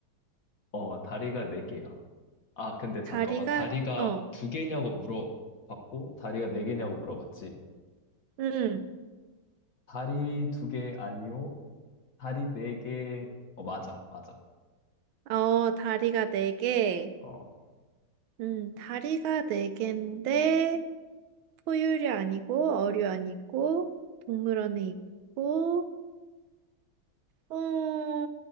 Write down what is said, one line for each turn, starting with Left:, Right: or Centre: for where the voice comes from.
Left: 어, 다리가 네개야 아, 근데 잠깐만.
Right: 다리가
Left: 다리가
Right: 어,
Left: 두개냐고 물어봤고, 다리가 네개냐고 물어봤지.
Right: 응
Left: 다리 두 개 아니요? 다리 네개 어, 맞아, 맞아.
Right: 어, 다리가 네 개.
Left: 어,
Right: 음, 다리가 네 개인데 포유류 아니고 어류 아니고 동물원에 있고 어,